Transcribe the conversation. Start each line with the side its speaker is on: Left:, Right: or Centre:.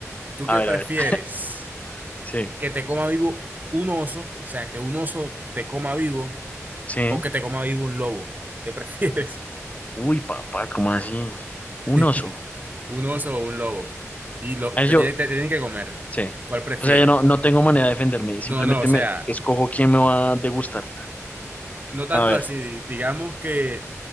Right: ¿Tú
Left: a
Right: qué
Left: ver,
Right: prefieres?
Left: a ver. <laughs> Sí,
Right: que te coma vivo un oso, o sea, que un oso te coma vivo
Left: sí.
Right: o que te coma vivo un lobo. ¿Qué prefieres?
Left: Uy, papá, ¿cómo así?
Right: <laughs>
Left: Un oso.
Right: ¿Un oso o un lobo? Y lo,
Left: A
Right: te,
Left: ver, yo,
Right: tiene- te tienen que comer.
Left: sí.
Right: ¿Cuál prefieres?
Left: O sea, yo no, no tengo manera de defenderme. Simplemente
Right: No, no, o sea,
Left: me escojo quién me va a degustar.
Right: no tanto
Left: A ver.
Right: así. Di- Digamos que